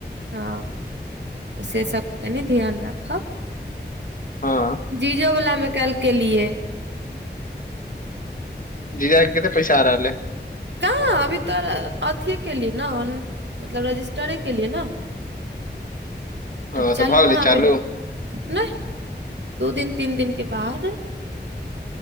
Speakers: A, on the right; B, on the left.
A: हँ तऽ से सबके कनि ध्यान राखब
B: हँ
A: जीजो वला मे काल्हि केलियए
B: जीजा कऽ कतेक पैसा आ रहलै
A: कहाँ अभी तऽ अथिए केलियै न मतलब रजिस्टरे केलियै न अभि
B: ओ
A: चालू
B: तऽ भऽ गेलै
A: कहाँ
B: चालू
A: भेलै
B: हूँ
A: नहि दू दिन तीन दिन के बाद